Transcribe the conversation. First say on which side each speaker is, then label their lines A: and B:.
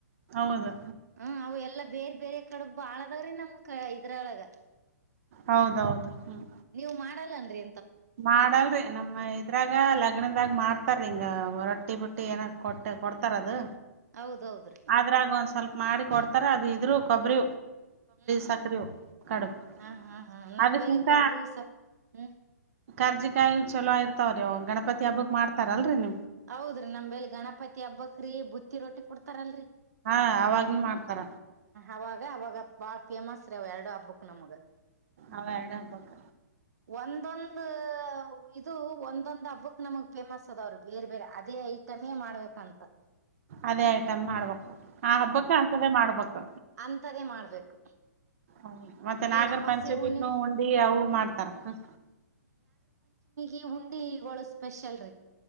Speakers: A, on the right; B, on the right.
A: ಹೌದು
B: ಹ್ಮ ಅವು ಎಲ್ಲಾ ಬೇರೆ ಬೇರೆ ಕಡೆ ಬಾಳದವ್ರೆ ನಮ್ ಇದ್ರೊಳಗ
A: ಹೌದೌದು ಹ್ಮ್
B: ನೀವು ಮಾಡ ನ್ರಿ
A: ಮಾಡಲ್ರಿ ನಮ್ಮ ಇದ್ರಾಗ ಲ ತಗಣದಾಗಿ ಮಾಡ್ತಾರ ಹಿಂಗ ರೊಟ್ಟಿ ಬುಟ್ಟಿ ಏನ ಕೊಟ್ಟ ಕೊಡ್ತಾರ ಅದು
B: ಹೌದೌದ್ರಿ
A: ಆದ್ರಾಗ ಒಂದ್ ಸ್ವಲ್ಪ ಮಾಡಿ ಕೊಡ್ತಾರ ಅದು ಇದ್ರು ಕೊಬ್ಬರಿ
B: ಹ್ಮ್ ಹ್ಮ್
A: ಸಕ್ರಿವು ಕಡುಬು
B: ಹಾ ಹಾ ಹಾ ನಮಲಿ
A: ಅದಕ್ಕಿಂತ
B: ಕೊಬರಿಿ ಸ ಹ್ಮ್
A: ಕಾರ್ಜಿಿಕಾಯಿ ಚಲೋ ಇರ್ತಾವ್ರೀವು ಗಣಪತಿ ಹಬ್ಬಕ್ ಮಾಡ್ತಾರಲ್ರರಿ ನೀವು
B: ಹೌದ್ರಿ ನಮ್ೇಲ್ ಗಣಪತಿ ಹಬ್ಬಕ್್ರೀ ಬ ರಿ ರೋಟಿ ಕೊಡ್ತಾರಲ್ರಿ
A: ಹಾ ಅವಾಗ್ನ ಮಾಡ್ತಾರ
B: ಅವಾಗ ಅವಾಗ ಬಾಳ ಫೇಮಸ್ ರೀ ಅವ್ ಎರಡು ಹಬ್ಬಕ್ ನಮಗ
A: ಅವ ಎರಡಪಕ್ಕ
B: ಒಂದೊಂದು ಇದು ಒಂದೊಂದು ಹಬ್ಬಕ್ ನಮಗ್ ಫೇಮಸ್ ಅದವ್ರ ಬೇರೆ ಬೇರೆ ಅದೇ ಐಟಮೇ ಮಾಡ್ಬೇಕಂತ
A: ಅದೇ ಐಟಮ್ ಮಾಡ್ಬೇಕು ಆ ಹಬ್ಬಕ್ಕ ಅಂತದೆೇ ಮಾಡ್ಬೇಕು
B: ಅಂತರ ಮಾಡ್ಬೇಕು
A: ಹ ಮತ್ತೆ ನಾಗರ
B: ಈಗ ಅಮಾಸೆ
A: ಪಂಚಮಿನು
B: ಹುಣ್ಣಿಮೆ
A: ಉಂಡಿ ಅವು ಮಾಡ್ತಾರ
B: ಈ ಉುಂಡಿ ಈಗಗಳು ಸ್ಪೆಷಲ್ ರೀ